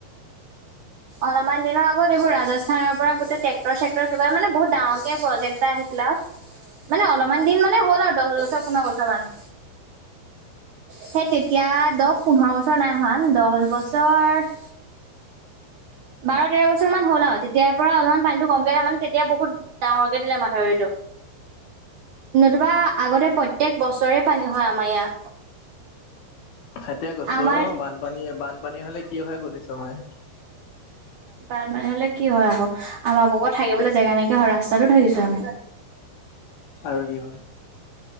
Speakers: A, on the right (about 70°); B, on the left (about 75°).
A: অলপমান দিনৰ আগত এইবোৰ ৰাজস্থানৰ পৰা গোটেই ট্ৰেক্টৰ চেক্টৰ কিবা মানে বহুত ডাঙকে প্ৰজেক্ এটা আহিছিলে মানে অলপমান দিন মানে হ'ল আৰু দহ বছৰ পোন্ধৰ বছৰ মান সেই তেতিয়া দহ পোন্ধৰ বছৰ নাই হোৱা দহ বছৰ বাৰ তেৰ বছৰ মান হ'ল আৰু তেতিয়াৰ পৰা অলপমান পানীটো কমকে থে মানে তেতিয়া বহুত ডাঙৰকে দিলে মাথাউৰিটো নতুবা আগতে প্ৰত্যয়েক বছৰে পানী হয় আমাৰ ইয়াত
B: সেইযতোই কৈছো,
A: আমাৰ
B: অ বানপানীয়ে বানপানী হলে কি হয় সোধিছো মই
A: বানপানী হলে কি হয় আকৌ আমাৰ বুগত থাকিবলৈ জেগা নাইকিয়া হয় ৰাস্তাতটো থাকিছো আমি
B: আৰু কি হয়